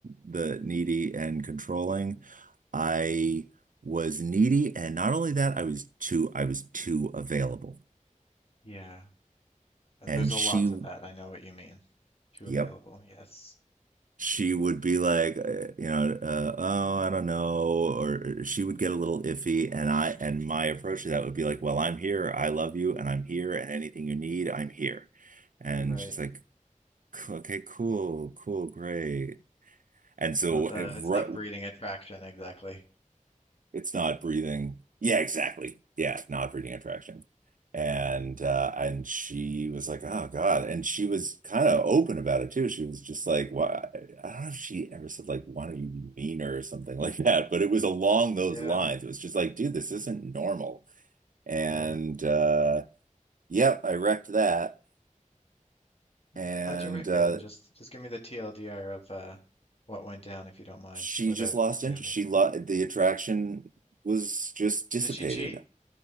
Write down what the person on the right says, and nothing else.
the needy and controlling, I was needy, and not only that, I was too, I was too available.
And
she,
yep,
she would be like, uh, you know, uh, oh, I don't know, or she would get a little iffy, and I, and my approach to that would be like, well, I'm here, I love you, and I'm here, and anything you need, I'm here. And
she's like, "C- okay, cool, cool, great. And so,
it,
right,
It's not breathing. Yeah, exactly. Yeah, not breathing attraction. And
uh and she was like, "Oh God." And she was kind of open about it too. She was just like, "Why?" I don't know if she ever said like, "Why don't you be meaner?" or something <laughs> like that, but it was along those
lines. It was just like, "Dude, this isn't normal." And
uh yep, I wrecked that. And
uh
she
just lost
interest.
She
lost the attraction was just dissipated.